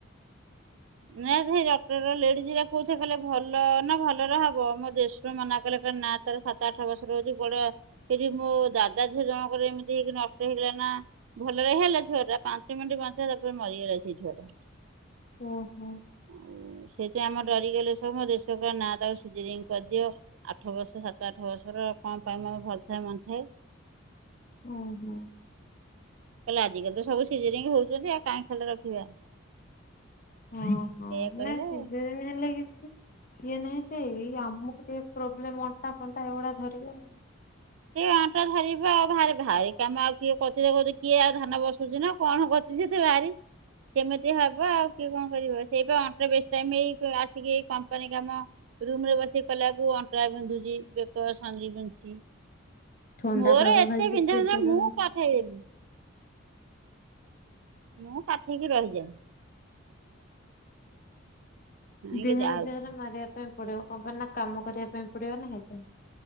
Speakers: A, on the right (about 75°); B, on the left (about 40°).
A: ନାଇଁ ସେଇ ଡାକ୍ତର ଲେଡ଼ିଜ ଡା କୋଉଥିରେ କଲେ ଭଲ ନା ଭଲରେ ହବ ମୋ ଦେଢଶୁର ମନା କଲେ କହିଲେ ନା ତାର ସାତ ଆଠ ବର୍ଷରେ ହଉଚି କୁଆଡେ ସେଠି ମୋ ଦାଦା ଝିଅ ଜଣଙ୍କର ଏମିତି ହେଇକି ନଷ୍ଟ ହେଇଗଲା ନା। ଭଲରେ ହେଲା ଛୁଆ ଟା ପାଞ୍ଚ ମିନିଟ ବଞ୍ଚିଲା ତାପରେ ମରିଗଲା ସେଇ ଛୁଆ ଟା।
B: ଓ ହୋ।
A: ଆଉ ସେଥିପାଇଁ ଆମର ଡରିଗଲେ ସବୁ ମୋ ଦେଢସୁର କହିଲେ ନା ତାକୁ ସିଜରିଙ୍ଗ କରିଦିଅ। ଆଠ ବର୍ଷ ସାତ ଆଠ ବର୍ଷର କଣ ପାଇଁ ମାନେ ଭଲ ଥାଏ ମନ୍ଦ ଥାଏ।
B: ଓହୋ।
A: କହିଲେ ଆଜିକାଲି ତ ସବୁ ସିଜରିଙ୍ଗ ହଉଚନ୍ତି ଆଉ କାଇଁ ଖାଲି ଟାରେ ରଖିବା।
B: ଓହୋ
A: ଏଇଆ କହିଲେ
B: ନାଇଁ ସିଜରିନ୍ ହେଲେ କିଛି କିଏ ନାହିଁ ସେଇ ଆମକୁ ଟିକେ ପ୍ରୋବ୍ଲେମ ଅଣ୍ଟା ଫଣ୍ଟା ଏଗୁଡା ଧରିବ ଆଉ।
A: ଏଇ ଅଣ୍ଟା ଧରିବ ଆଉ ଭାର-ଭାରି କାମ ଆଉ କିଏ କରୁଚି ଯେ କରୁଚି କିଏ ଆଉ ଧାନ ବସଉଚି ନା ଆଉ କଣ କର ଯେତେ ଭାରି ସେମିତି ହବ ଆଉ କିଏ କଣ କରିବ ସେଇପା ଅଣ୍ଟା ବେଶୀ ଟାଇମ ଏଇ କ ଆସିକି ଏଇ କମ୍ପାନୀ କାମ ରୁମ ରେ ବସିକି କଲାକୁ ଅଣ୍ଟା ବିନ୍ଧୁଚି ବେକ ସନ୍ଦି ବିନ୍ଧୁଚି।
B: ଥଣ୍ଡା
A: ମୋର
B: ପାଗ
A: ଏତେ
B: ଖାଲି ଟିକେ
A: ବିନ୍ଧା ବିନ୍ଧା
B: ଦେଲା
A: ମୁଁ କାଠେଇ ଯିବି। ମୁଁ କାଠେଇକି ରହିଯାଏ। ଆଣିକି
B: ଦେହର
A: ଯାଉଛୁ।
B: ଦେହରେ ମାରିଆ ପାଇଁ ପଡିବ କଣ ପାଇଁ ନା କାମ କରିଆ ପାଇଁ ପଡିବ ନା ହେଇପାଇଁ।